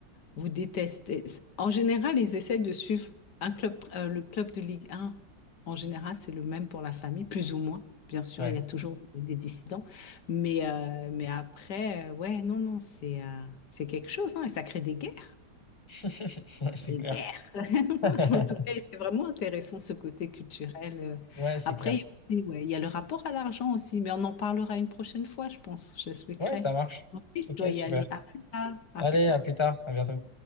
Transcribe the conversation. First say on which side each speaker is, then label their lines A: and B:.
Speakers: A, on the left (about 65°); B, on the left (about 25°).
A: vous détestez. En général, ils essaient de suivre un club, euh, le club de Ligue 1. En général, c'est le même pour la famille, plus ou moins. Bien sûr,
B: Ouais,
A: il y a toujours des dissidents. Mais, euh, mais après, euh, ouais, non, non, c'est euh, c'est quelque chose, hein, et ça crée des guerres
B: <laughs> Ouais, c'est
A: des
B: clair.
A: guerres. <laughs>
B: <laughs>
A: En tout cas, c'est vraiment intéressant ce côté culturel. euh.
B: Ouais, c'est
A: Après,
B: clair.
A: il y a aussi, ouais, il y a le rapport à l'argent aussi, mais on en parlera une prochaine fois, je pense. J'expliquerai.
B: Ouais, ça marche.
A: En plus,
B: Ok,
A: je dois y
B: super.
A: aller. À plus tard. À
B: Allez,
A: plus tard.
B: à plus tard, à bientôt.